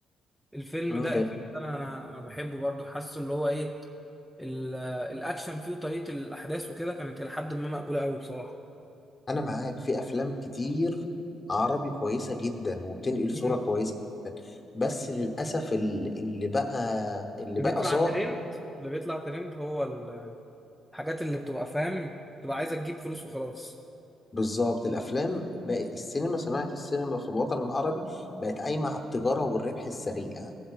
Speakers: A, in the centre; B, on the left.
A: الفيلم
B: مم،
A: ده
B: جميل.
A: الفيلم ده أنا أنا أنا بحبه برضو حاسه اللي هو إيه ال- آه، الأكشن فيه وطريقة الأحداث وكده كانت إلى حد ما مقبولة قوي بصراحة
B: انا معاك في افلام كتير عربي كويسة جدا وبتنقل صورة
A: مم.
B: كويسة بس للاسف ال- اللي بقى اللي
A: اللي
B: بقى
A: بيطلع
B: ظاهر
A: ترند اللي بيطلع ترند هو ال- الحاجات اللي بتبقى فاهم بتبقى عايزة تجيب فلوس وخلاص
B: بالظبط الافلام بقى السينما صناعة السينما في الوطن العربي بقت قايمة على التجارة والربح السريع